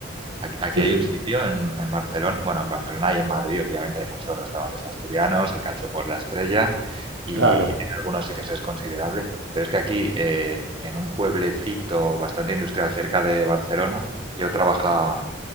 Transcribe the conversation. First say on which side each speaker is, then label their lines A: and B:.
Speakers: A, on the right; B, on the right.
A: aquí, aquí
B: Sí,
A: hay
B: sí,
A: un sitio en, en Barcelona, bueno, en Barcelona y en Madrid, obviamente hay muchos restaurantes asturianos, el cachopo es la estrella y
B: claro.
A: en algunos sitios es considerable, pero es que aquí, eh, en un pueblecito bastante industrial cerca de Barcelona, yo trabaja,